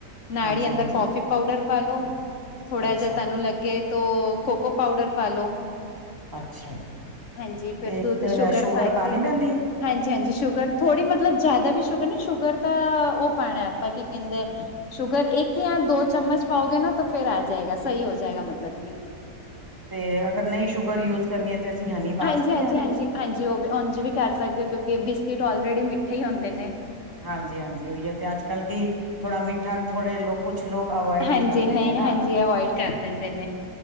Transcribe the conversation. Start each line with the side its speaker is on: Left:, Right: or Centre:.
Left: ਨਾੜੀ
Right: ਹਾਂਜੀ
Left: ਅੰਦਰ
Right: ਹਾਂਜੀ
Left: ਕੌਫੀ ਪਾਊਡਰ ਪਾਲੋ, ਥੋੜਾ
Right: ਅੱਛਾ
Left: ਜਿਆ ਤਾਨੂੰ ਲਗੇ ਤੋ ਕੋਕੋ ਪਾਊਡਰ ਪਾਲੋ।
Right: ਅੱਛਾ ਜੀ।
Left: ਹਾਂਜੀ ਫਿਰ
Right: ਤੇ
Left: ਦੁੱਧ ਸ਼ੂਗਰ ਪਾ ਕੇ
Right: ਪਾਣੀ ਪੈਂਦੀ ਹੈ?
Left: ਹਾਂਜੀ, ਹਾਂਜੀ ਸ਼ੂਗਰ ਥੋੜ੍ਹੀ ਮਤਲਬ ਜ਼ਿਆਦਾ ਵੀ ਸ਼ੂਗਰ ਨੀਂ ਸ਼ੂਗਰ ਦਾ ਉਹ ਪਾਣਾ ਆਪਾਂ ਕੀ ਕਹਿੰਦੇ। ਸ਼ੂਗਰ ਏਕ ਯਾ ਦੋ ਚਮਚ ਪਾਓਗੇ ਨਾ ਤਾਂ ਫੇਰ ਆ ਜਾਏਗਾ, ਸਈ ਹੋ ਜਾਏਗਾ ਮਤਲਬ ਕਿ
Right: ਤੇ ਅਗਰ ਨਹੀਂ ਸ਼ੂਗਰ ਯੂਜ ਕਰਨੀ ਏ ਤੇ ਅਸੀਂ ਹਨੀ ਪਾ
Left: ਹਾਂਜੀ-ਹਾਂਜੀ-ਹਾਂਜੀ,
Right: ਸਕਦੇ ਹਾਂ ਇਹਦੇ ਚ
Left: ਹਾਂਜੀ ਉਹ ਵ ਉਝ ਵੀ ਕਰ ਸਕਦੇ ਹੋ, ਕਉਂਕੇ ਬਿਸਕਿਟ ਔਲਰੇਡੀ ਮਿੱਠੇ ਹੀ ਹੁੰਦੇ ਨੇ।
Right: ਹਾਂਜੀ-ਹਾਂਜੀ ਓਹੀਓ ਤੇ, ਅੱਜ ਕੱਲ੍ਹ ਕੀ, ਥੋੜਾ ਮਿੱਠਾ ਥੋੜੇ ਲੋਕ ਕੁਛ ਲੋਕ ਅਵੋਇਡ
Left: ਹਾਂਜੀ
Right: ਵੀ ਕਰਦੇ
Left: ਨਈ
Right: ਨੇ ਨਾ
Left: ਹਾਂਜੀ ਅਵੋਇਡ ਕਰ ਦਿੰਦੇ ਨੇ।